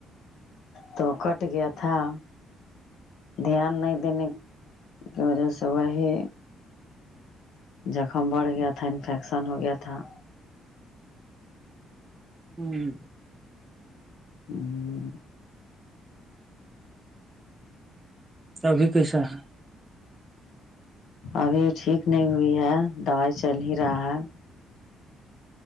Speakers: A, on the left (about 75°); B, on the right (about 20°).
A: تو کٹ گیا تھا- دھیان نہیں دینے کی وجہ سے وہی- جخم بڑھ گیا تھا انفیکشن ہو گیا تھا-
B: ہوں
A: ہوں- ہوں-
B: ابھی کیسا ہے-
A: ابھی ٹھیک نہیں ہوئی ہے دوائی چل ہی رہا ہے